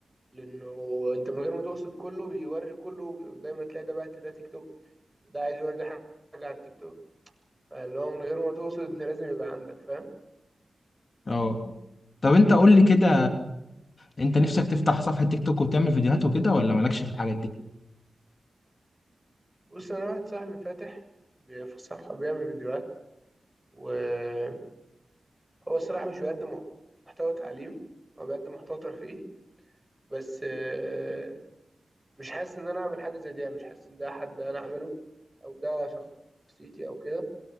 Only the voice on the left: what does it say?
اه طب انت قول لي كده انت نفسك تفتح صفحه تيك توك وتعمل فيديوهات وكده ولا مالكش في الحاجات دي